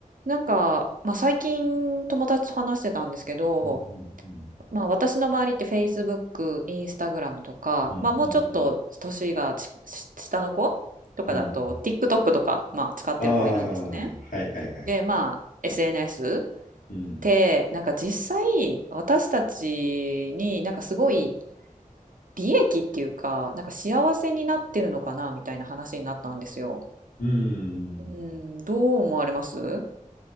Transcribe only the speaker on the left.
うんうん
うんうんうん
うんうん
ああー、はいはいはい。
うん。
うん。